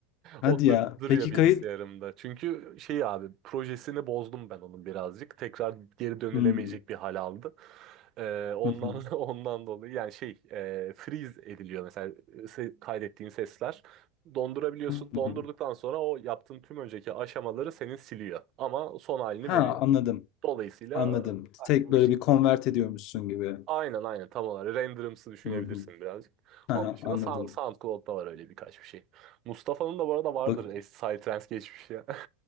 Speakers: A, on the left (about 45°); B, on the right (about 40°).
A: Hadi
B: O dur
A: ya.
B: duruyor
A: Peki
B: bilgisayarımda.
A: kayıt?
B: Çünkü şey abi projesini bozdum ben onun birazcık. Tekrar geri dönülemeyecek
A: Hmm.
B: bir hal aldı. E, ondan
A: Hı hı.
B: <laughs> ondan dolayı yani şey e, freeze ediliyor mesela e, se- kaydettiğin sesler. Dondurabiliyorsun.
A: Hı hı.
B: Dondurduktan sonra o yaptığın tüm önceki aşamaları senin siliyor. Ama son halini
A: Ha
B: veriyor.
A: anladım.
B: Dolayısıyla
A: Anladım.
B: Aynı.
A: Tek
B: değişiklik
A: böyle bir convert
B: yaparım.
A: ediyormuşsun gibi.
B: Aynen aynen tam olarak. Renderımsı düşünebilirsin
A: Hı hı.
B: birazcık.
A: Ha
B: Onun dışında
A: anladım.
B: Sound- SoundCloud'da var öyle birkaç bir şey. Mustafa'nın da bu arada vardır
A: Bak
B: eski Psytrance geçmişi ya.